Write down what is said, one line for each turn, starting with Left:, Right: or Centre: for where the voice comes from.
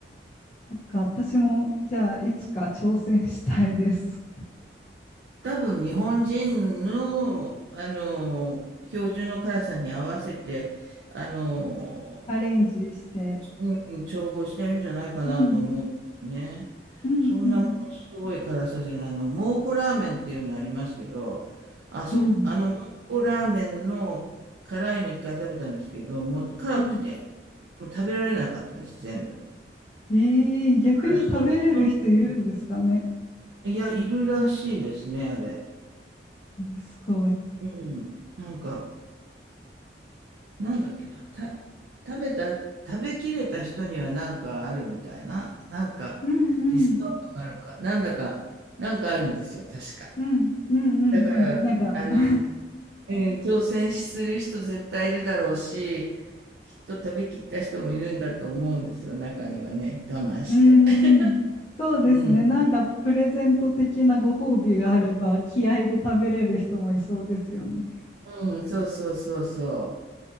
Left: そっか。私も、じゃあ、いつか挑戦したいです。
Right: 多分日本人の、あの、標準の辛さに合わせて、あの、
Left: <laughs> アレンジして。
Right: うん、うん、調合してるんじゃないかなと思うんですよね。
Left: うん、うん、
Right: そんなものすごい辛さじゃないの。
Left: うん、
Right: 蒙古ラーメンっていうのありますけど、あそ、
Left: うん、
Right: あの蒙古ラーメンの辛いの一回食べたんですけど、もう辛くて、
Left: うん。
Right: もう食べられなかったです、全部。
Left: ええ、逆に食べれる人いるんですかね。
Right: あそんなそんないや、いるらしいですね、あれ。
Left: えーすごい。
Right: うん。なんか、なんだっけな、た、食べた、食べきれた人にはなんかあるみたいな、なんか
Left: うん、うん、
Right: ディスカウントがあるか、なんだか、なんかあるんですよ、確か。
Left: うん、うん、うん、
Right: だから、
Left: うん。なんか
Right: あの、
Left: <laughs> う
Right: えー挑戦する人絶対いるだろうし、きっと食べきった人もいるんだと思うんですよ、中にはね、我慢して。
Left: ーん、
Right: <laughs>
Left: そうですね。
Right: うん。
Left: なんか、プレゼント的なご褒美があれば、気合で食べれる人もいそうですよね。
Right: うん、そうそうそうそう。